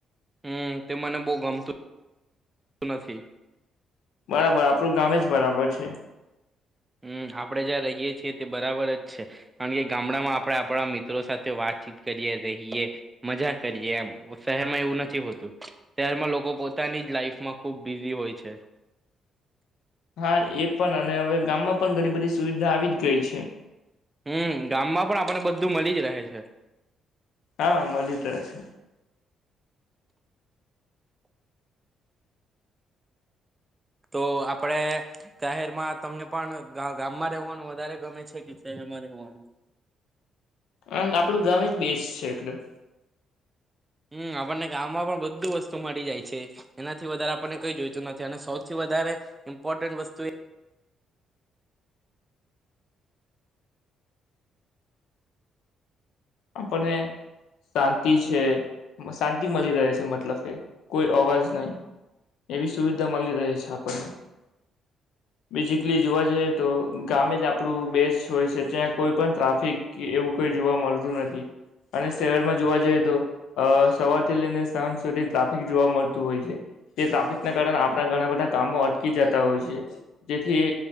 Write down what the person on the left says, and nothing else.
બરાબર આપણું ગામે જ બરાબર છે.
હા એ પણ અને હવે ગામમાં પણ ઘણી બધી સુવિધા આવી જ ગઈ છે.
હા મળિત છે.
હ આપડું ગામે જ બેસ છે એકદમ.
આપણને શાંતિ છે, શાંતિ મળી રહે છે મતલબ કે કોઈ અવાજ નહી એવી સુવિધા મળી રહે છે, આપણને બેઝિકલી જોવા જઈએ તો ગામે જ આપણું બેસ્ટ હોય છે ત્યાં કોઈ પણ ટ્રાફિક એવું કોઈ જોવા મળતું નથી. અને શહેરમાં જોવા જઈએ તો સવારથી લઈને સાંજ સુધી ટ્રાફિક જોવા મળતું હોય છે, તે ટ્રાફિકના કારણે આપણા ઘણા બધા કામો અટકી જતા હોય છે, જેથી